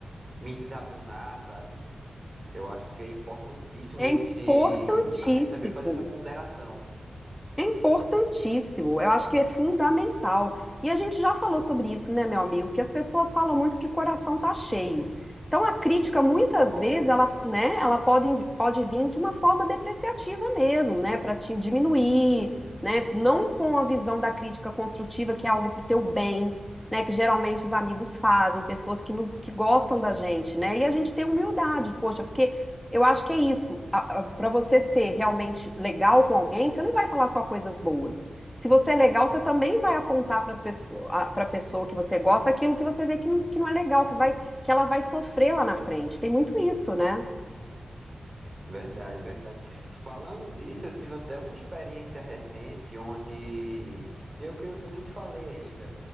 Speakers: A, on the right; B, in the centre.
A: me desabonar, sabe? Eu acho que é importantíssimo
B: É
A: esse.
B: importantíssimo.
A: A gente saber fazer essa ponderação.
B: É importantíssimo, eu acho que é fundamental. E a gente já falou sobre isso, né, meu amigo? Que as pessoas falam muito que o coração tá cheio. Então a crítica muitas
A: Pois
B: vezes
A: é,
B: ela, né, ela pode, pode vir de uma forma depreciativa mesmo, né, para te diminuir, né, não com a visão da crítica construtiva que é algo pro teu bem, né, que geralmente os amigos fazem, pessoas que nos que gostam da gente, né? E a gente tem humildade, poxa, porque eu acho que é isso. Para você ser realmente legal com alguém, você não vai falar só coisas boas. Se você é legal, você também vai apontar para a pessoa que você gosta aquilo que você vê que não, que não é legal, que vai, que ela vai sofrer lá na frente. Tem muito isso, né?
A: verdade, verdade. Falando disso, eu tive até uma experiência recente onde eu creio que eu nem te falei ainda.